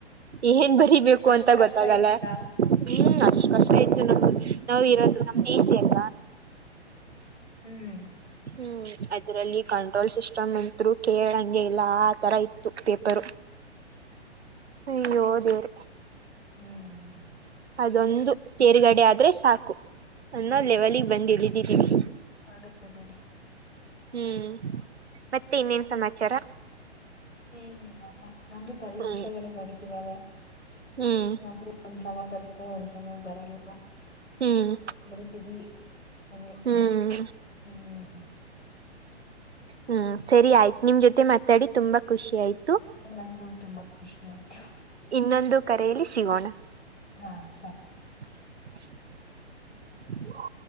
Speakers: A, on the right; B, on the left.
A: ಏನ್ ಬರಿಬೇಕು
B: ಅಷ್ಟ್
A: ಅಂತ
B: ಕಷ್ಟ
A: ಗೊತ್ತಾಗಲ್ಲ
B: ಆಯ್ತಾ
A: ಹ್ಮ್ ಅಷ್ಟ ಕಷ್ಟ ಆಯ್ತು ನಮ್ದು ನಾವು ಇರೋದು ನಮ್ದ ಈಸಿ ಅಲಾ
B: ಹ್ಮ್
A: ಹ್ಮ್ ಅದ್ರಲ್ಲಿ ಕಂಟ್ರೋಲ್ ಸಿಸ್ಟಮ್ ಅತ್ರು ಕೇಳಂಗೆ ಇಲ್ಲ ಆತರ ಇತ್ತು ಪೇಪರ್ ಅಯ್ಯೋ ದೇವ್ರೇ
B: ಹ್ಮ್
A: ಅದೊಂದು ತೇರ್ಗಡೆ ಆದ್ರೆ ಸಾಕು ಅನ್ನೋ ಲೆವೆಲಿಗೆ ಬಂದು ಇಳಿದಿದ್ದೀವಿ.
B: ಆಗತ್ತೆ ಬೀಡಿ.
A: ಹ್ಮ್ ಮತ್ತೆ ಇನ್ನೇನ್ ಸಮಾಚಾರ.
B: ಏನಿಲ್ಲಪ್ಪ ನಮ್ದು ಪರೀಕ್ಷೆಗಳು
A: ಹ್ಮ್
B: ನಡತಿದಾವೆ.
A: ಹ್ಮ್
B: ನಮ್ದು ಒಂದ್ ಚೆನ್ನಾಗಿ ಬರುತ್ತೆ ಒಂದ್ ಚೆನ್ನಾಗ್ ಬರಲ್ಲ.
A: ಹ್ಮ್
B: ಬರಿತಿದೀವಿ ಹಂಗೆ
A: ಹ್ಮ್
B: ಹ್ಮ್.
A: ಹ್ಮ್ ಸರಿ ಆಯ್ತು ನಿಮ್ ಜೊತೆ ಮಾತಾಡಿ ತುಂಬಾ ಖುಷಿ ಆಯ್ತು.
B: ನಂಗು ತುಂಬಾ ಖುಷಿ ಆಯ್ತು.
A: ಇನ್ನೊಂದು ಕರೆಯಲ್ಲಿ ಸಿಗೋಣ.
B: ಹಾ ಸರಿ.
A: <inaudible>